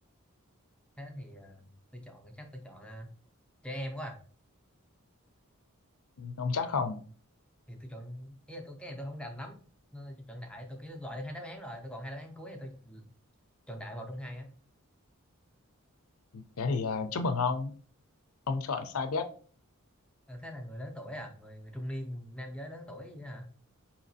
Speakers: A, in the centre; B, on the left.
A: thế thì ờ, tôi chọn chắc tôi chọn ờ, trẻ em quá à.
B: Ừ, ông chắc không
A: thì tôi chọn ý là tôi cái này tôi không rành lắm nên tôi chọn đại tôi kêu loại được hai đáp án rồi tôi còn hai đáp án cuối thì tôi chọn đại một trong hai á
B: thế thì à, chúc mừng ông ông chọn sai bet
A: Ờ, thế là người lớn tuổi à người người trung niên nam giới lớn tuổi vậy hả